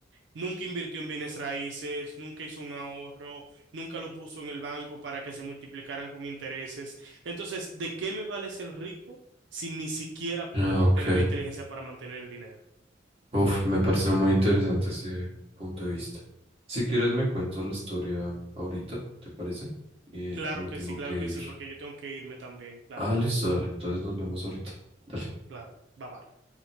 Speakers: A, on the right; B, on the right.
A: Nunca invirtió en bienes raíces, nunca hizo un ahorro, nunca lo puso en el banco para que se multiplicaran con intereses. Entonces, ¿de qué me vale ser rico si ni siquiera puedo
B: ok.
A: tener la inteligencia para mantener el dinero?
B: Uf, me parece muy interesante ese punto de vista. Si quieres me cuentas la historia ahorita, ¿te parece? Y
A: Claro
B: que me
A: que
B: tengo
A: sí, claro
B: que ir.
A: que sí, porque yo tengo que irme también, claro,
B: Ah, listo, dale. Entonces nos vemos ahorita. Dale.
A: claro. Bye bye.